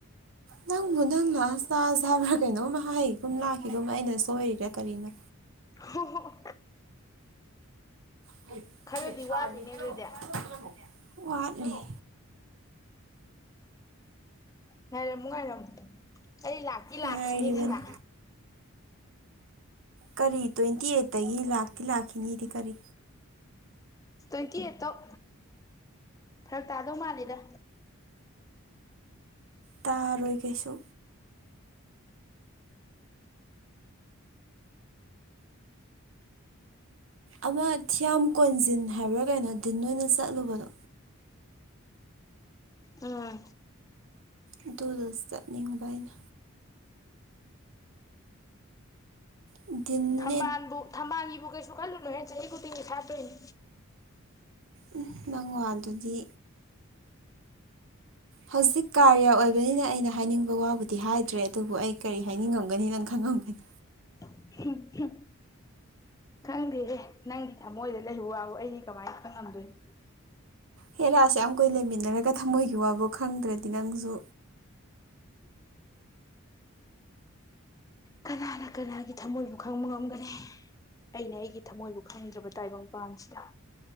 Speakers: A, on the right; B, on the left.
A: ꯅꯪꯕꯨ ꯅꯪ ꯂꯥꯛ ꯆꯥꯁꯦ ꯍꯥꯏꯕ꯭ꯔꯥ ꯀꯩꯅꯣꯝꯃ ꯍꯥꯏꯈꯤꯒꯨꯝ ꯂꯥꯛꯈꯤꯒꯨꯝ ꯑꯩꯅ ꯁꯣꯏꯔꯤꯔꯥ ꯀꯔꯤꯅꯣ
B: ꯍꯣ ꯍꯣ
A: <unintelligible>
B: ꯈꯔꯗꯤ ꯋꯥꯠꯂꯤꯅꯦ ꯑꯗꯨꯗꯤ
A: ꯋꯥꯠꯂꯤ <unintelligible>
B: ꯉꯥꯏꯔꯝꯃꯨ ꯉꯥꯏꯔꯝꯃꯨ ꯑꯩ ꯂꯥꯛꯇꯤ ꯂꯥꯛꯈꯤꯅꯤꯗꯅ
A: ꯉꯥꯏꯔꯤꯕꯅꯤ ꯀꯔꯤ ꯇ꯭ꯋꯦꯟꯇꯤꯑꯩꯠ ꯇꯒꯤ ꯂꯥꯛꯇꯤ ꯂꯥꯛꯈꯤꯅꯤꯗꯤ ꯀꯔꯤ
B: ꯇ꯭ꯋꯦꯟꯇꯤꯑꯩꯠꯇꯧ ꯐꯔꯛ ꯇꯥꯗꯧ ꯃꯥꯜꯂꯤꯗ
A: ꯇꯥꯔꯣꯏꯀꯩꯁꯨ ꯑꯃ ꯊꯤꯌꯥꯝ ꯀꯣꯟꯖꯤꯟ ꯍꯥꯏꯕ꯭ꯔꯥ ꯀꯩꯅꯣ ꯗꯤꯟ ꯑꯣꯏꯅ ꯆꯠꯂꯨꯕꯗꯣ
B: ꯎꯝ
A: ꯑꯗꯨꯗꫭ ꯆꯠꯅꯤꯡꯕ ꯑꯩꯅ ꯗꯤꯟ
B: ꯊꯝꯕꯥꯜꯕꯨ ꯊꯝꯕꯥꯜꯒꯤꯕꯨ ꯀꯩꯁꯨ ꯈꯜꯂꯨꯅꯨ ꯍꯦ ꯆꯍꯤ ꯈꯨꯨꯗꯤꯡꯒꯤ ꯁꯥꯠꯇꯣꯏꯅꯦ
A: ꯎꯝ ꯅꯪ ꯋꯥꯗꯨꯗꯤ ꯍꯧꯖꯤꯛ ꯀꯥꯔꯤꯌꯥ ꯑꯣꯏꯕꯅꯤꯅ ꯑꯩꯅ ꯍꯥꯏꯅꯤꯡꯕ ꯋꯥꯕꯨꯗꯤ ꯍꯥꯏꯗ꯭ꯔꯦ ꯑꯗꯨꯕꯨ ꯑꯩ ꯀꯔꯤ ꯍꯥꯏꯅꯤꯡꯉꯝꯒꯅꯤ ꯅꯪ ꯈꯪꯉꯝꯒꯅꯤ꯫
B: <unintelligible> ꯈꯪꯗꯦꯍꯦ ꯅꯪꯒꯤ ꯊꯃꯣꯏꯗ ꯂꯩꯕ ꯋꯥꯕꯨ ꯑꯩꯗꯤ ꯀꯃꯥꯏꯅ ꯈꯪꯉꯝꯗꯣꯏꯅꯣ
A: ꯍꯦꯔꯥ ꯑꯁꯨꯛꯌꯥꯝ ꯀꯨꯏ ꯂꯩꯃꯤꯟꯅꯔꯒ ꯊꯝꯃꯣꯏꯒꯤ ꯋꯥꯕꯨ ꯈꯪꯗ꯭ꯔꯗꯤ ꯅꯪꯁꯨ
B: ꯀꯅꯥꯅ ꯀꯅꯥꯒꯤ ꯊꯃꯣꯏꯕꯨ ꯈꯪꯕ ꯉꯝꯒꯅꯤ ꯑꯩꯅ ꯑꯩꯒꯤ ꯊꯃꯣꯏꯕꯨ ꯈꯪꯗ꯭ꯔꯕ ꯇꯥꯏꯕꯪ ꯄꯥꯁꯤꯗ